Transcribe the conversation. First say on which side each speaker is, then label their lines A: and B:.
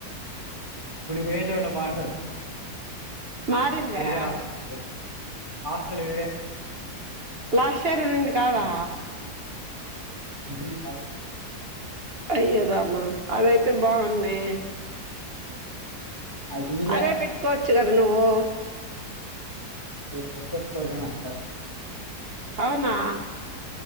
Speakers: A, on the right; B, on the right.
A: ఇప్పుడు పొయ్యే చోట బావుండవు
B: మారిందా
A: వేరే హాస్టలు హాస్టల్ వేరే
B: లాస్ట్ ఇయర్ ఉనింది కాదా
A: ఉహూ కాదు
B: అయ్యో రామా అదైతే బావున్నే
A: అది ఈలే
B: అదే పెట్టుకోవచ్చు కదా నువ్వు
A: అది ఫ్రెష్షస్ ఒకటేనా అంటే
B: అవునా